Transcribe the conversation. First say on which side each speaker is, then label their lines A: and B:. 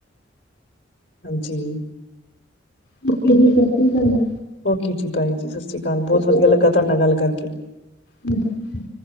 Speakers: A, on the left; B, on the left.
A: ਹਾਂਜੀ,
B: ਬੁੱਕ ਦੀ ਸਕ ਗੱਲ
A: ਓਕੇ ਜੀ ਭਾਈ ਜੀ, ਸਤਿ ਸ਼੍ਰੀ ਅਕਾਲ ਬਹੁਤ
B: ਅਕਾਲ
A: ਵਧੀਆ ਲੱਗਾ, ਤੁਹਾਡ ਨਾਲ ਗੱਲ ਕਰਕੇ,
B: ਜੀ